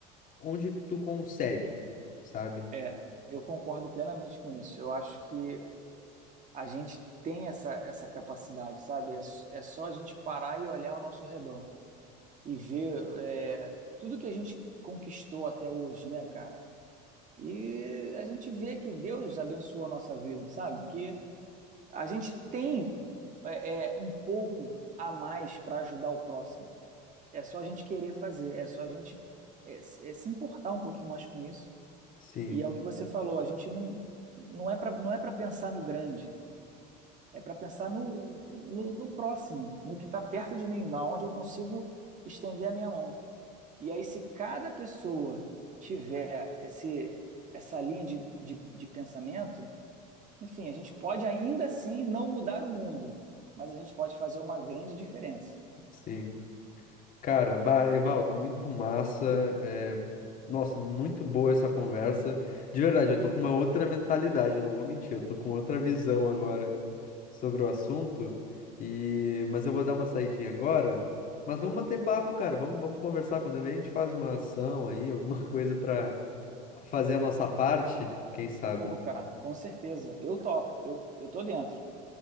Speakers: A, on the left (about 40°); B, on the right (about 40°).
A: onde tu consegue, sabe?
B: É, eu concordo plenamente com isso. Eu acho que a gente tem essa, essa capacidade, sabe? É, s- é só a gente parar e olhar ao nosso redor e ver é, tudo que a gente conquistou até hoje, né, cara? E a gente vê que Deus abençoou a nossa vida, sabe? Que a gente tem é, é, um pouco a mais para ajudar o próximo. É só a gente querer fazer, é só a gente é, se é se importar um pouquinho mais com isso
A: Sim,
B: E é o que você falou, a gente não, não é para não é para pensar no grande, é para pensar no, no, no próximo, no que está perto de mim, na onde eu consigo estender a minha mão. E aí, se cada pessoa tiver esse, essa linha de, de, de pensamento, enfim, a gente pode ainda assim não mudar o mundo, mas a gente pode fazer uma grande diferença.
A: sim. Cara, bah, Evaldo, muito massa. é, Nossa, muito boa essa conversa. De verdade, eu tô com uma outra mentalidade, eu não vou mentir, eu tô com outra visão agora sobre o assunto. E... Mas eu vou dar uma saidinha agora. Mas vamos manter papo, cara. Vamos, vamos conversar. Quando a gente faz uma ação aí, alguma <laughs> coisa pra fazer a nossa parte, quem sabe?
B: Pô, cara, com certeza. Eu topo, eu, eu tô dentro.